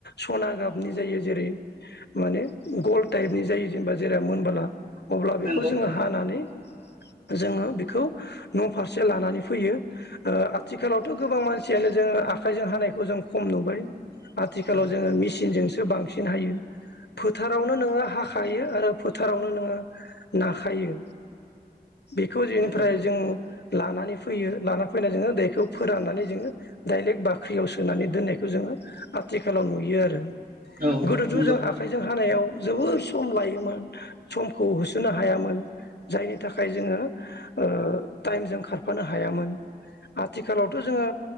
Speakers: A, on the left; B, on the right.
A: सना गाबनि जायो जेरै माने गल टाइपनि जायो जेनेबा जेराव मोनबोला अब्ला
B: नंगौ
A: बेखौ जोङो हानानै जोङो बेखौ न' फारसे लानानै फैयो आथिखालावथ' गोबां मानसियानो जोङो आखाइजों हानायखौ जों खम नुबाय आथिखालाव
B: औ
A: जोङो मेसिनजों सो बांसिन हायो फोथारावनो नोङो हाखायो आरो फोथारावनो नोङो नाखायो बेखौ बेनिफ्राय
B: नंगौ
A: जों लानानै फैयो लाना फैना जोङो दैखौ फोराननानै जोङो डाइरेक्ट बाख्रियाव सोनानै दोननायखौ जोङो आथिखालाव नुयो आरो।
B: औ
A: गोदोथ'
B: नंगौ
A: जों
B: औ
A: आखाइजों हानायाव जोबोर सम लायोमोन समखौ होसोनो हायामोन जायनि थाखाय जोङो ओ टाइमजों खारफानो हायामोन आथिखालावथ' जोङो